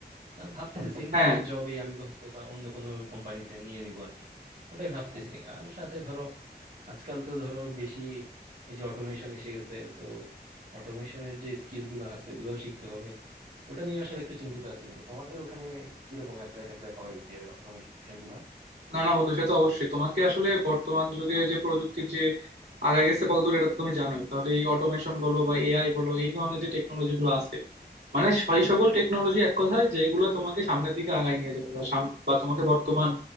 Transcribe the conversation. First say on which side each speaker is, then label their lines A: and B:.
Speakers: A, on the right; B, on the right.
A: আহ, ভাবতেছি সেম
B: হ্যাঁ
A: টাইপের জবই আমি হয়তো বা অন্য কোনো কোম্পানিতে নিয়ে নিবো আর কি ওটাই ভাবতেছি আর সাথে ধরো আজকাল তো ধরো বেশি এই যে অটোমেশন এসে গেছে সো অটোমেশনের যে স্কিল গুলো আছে ওগুলোও শিখতে হবে ওটা নিয়ে আসলে একটু চিন্তিত আছে বলে তোমাদের ওখানে কিরকম অ্যাপ্লাই ট্যাপ্লাই হয় যে অটোমেশন গুলা
B: না না বন্ধু সে তো অবশ্যই তোমাকে আসলে বর্তমান যুগে যে প্রযুক্তির যে আগায় গেছে কতদূর এটা তো তুমি জানোই তাহলে এই অটোমেশন বলো বা এআই বলো এই ধরনের যে টেকনোলজি গুলো আছে মানে সেই সকল টেকনোলজি এক কথায় যেগুলো তোমাকে সামনের দিকে আগায় নিয়ে যাবে বা সাম- বা তোমাকে বর্তমান